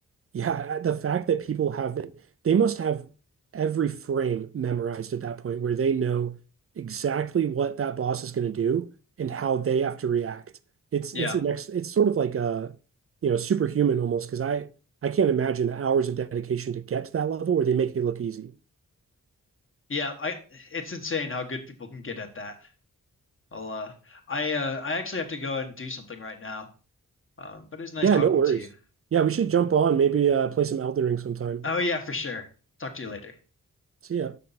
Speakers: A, on the right; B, on the left.
A: yeah, uh, the fact that people have it, they must have every frame memorized at that point where they know exactly what that boss is going to do and how they have to react. It's
B: Yeah.
A: it's the next it's sort of like a you know superhuman almost because I I can't imagine the hours of dedication to get to that level where they make it look easy.
B: Yeah, I it's insane how good people can get at that. I'll uh I uh I actually have to go and do something right now. Um, but it was nice
A: Yeah,
B: talking
A: no worries.
B: to you.
A: Yeah, we should jump on, maybe uh, play some Elden Ring sometime.
B: Oh yeah, for sure. Talk to you later.
A: See ya.